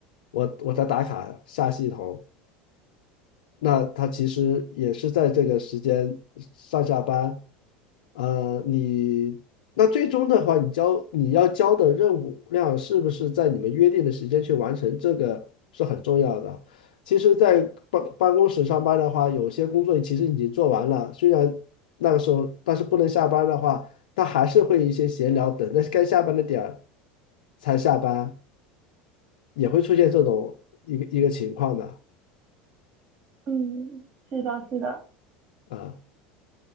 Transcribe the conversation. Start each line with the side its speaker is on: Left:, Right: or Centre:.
Left: 我我在打卡下系统，那他其实也是在这个时间上下班，呃，你那最终的话，你交你要交的任务量是不是在你们约定的时间去完成，这个是很重要的。其实，在办办公室上班的话，有些工作其实已经做完了，虽然那个时候，但是不能下班的话，他还是会一些闲聊，等着该下班的点儿才下班，也会出现这种一个一个情况的
Right: 嗯，是的，是的。
Left: 啊。